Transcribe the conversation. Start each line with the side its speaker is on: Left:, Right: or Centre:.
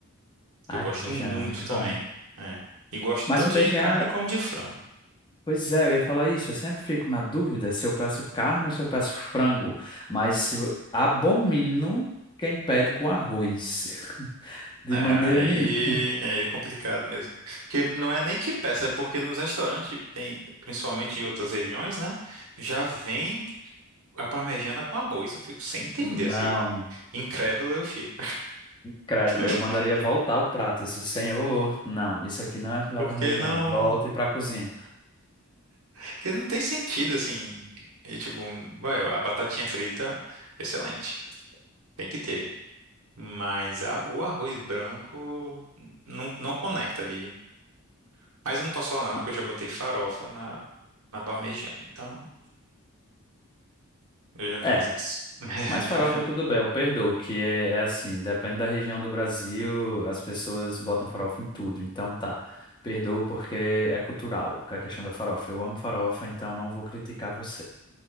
Right: Que
Left: Ai,
Right: eu gosto
Left: parmegiana,
Right: muito
Left: é muito
Right: também.
Left: bom.
Right: É. E gosto
Left: Mas
Right: tanto
Left: parmegiana,
Right: de carne como de frango.
Left: pois é, eu ia falar isso. Eu sempre fico na dúvida se eu peço carne ou se eu peço frango. Mas se, vo- abomino quem pede com arroz. <laughs> De
Right: É,
Left: maneira
Right: aí
Left: nenhuma.
Right: é complicado mesmo. Porque não é nem que peça, é porque nos restaurantes tem, principalmente em outras regiões, né? Já vem a parmegiana com arroz. Eu fico sem entender,
Left: Não.
Right: assim. Incrédulo eu fico.
Left: Credo,
Right: <laughs>
Left: eu mandaria voltar o prato. Assim, Senhor, não, isso aqui não é filé
Right: Porque
Left: parmegiana.
Right: não.
Left: Volte para a cozinha.
Right: Porque não tem sentido, assim. E tipo, vai, a batatinha frita, excelente. Tem que ter. Mas a- o arroz branco não, não conecta ali. Mas eu não posso falar nada
Left: Não.
Right: porque eu já botei farofa na, na parmegiana. Então. Eu já fiz
Left: É,
Right: isso. <laughs>
Left: mas farofa tudo bem, eu perdoo, que é, é assim, depende da região do Brasil, as pessoas botam farofa em tudo. Então tá, perdoo porque é cultural, que é a questão da farofa. Eu amo farofa, então não vou criticar você.